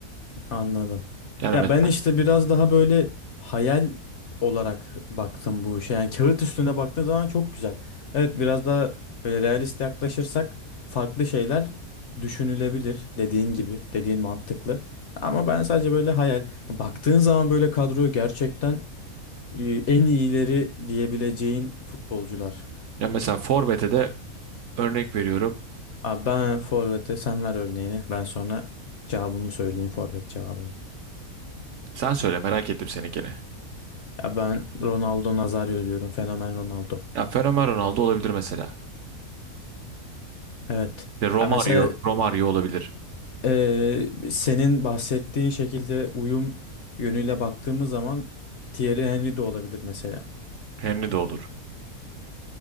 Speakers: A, on the left (about 60°); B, on the right (about 65°).
A: Anladım.
B: Yani
A: Ya
B: mesela,
A: ben işte biraz daha böyle hayal olarak baktım bu işe. Yani kağıt üstünde baktığın zaman çok güzel. Evet biraz daha böyle realist yaklaşırsak farklı şeyler düşünülebilir dediğin gibi. Dediğin mantıklı. Ama ben sadece böyle hayal. Baktığın zaman böyle kadroyu gerçekten e, en iyileri diyebileceğin futbolcular.
B: ya mesela forvet'e de örnek veriyorum.
A: Abi ben forvete sen ver örneğini. Ben sonra cevabımı söyleyeyim forvet cevabımı.
B: Sen söyle merak ettim seninkini.
A: Ya ben Ronaldo Nazario diyorum. Fenomen Ronaldo.
B: Ya Fenomen Ronaldo olabilir mesela.
A: Evet.
B: İşte Romario,
A: Ya mesela
B: Romario olabilir.
A: e, senin bahsettiğin şekilde uyum yönüyle baktığımız zaman Thierry Henry de olabilir mesela.
B: Henry de olur.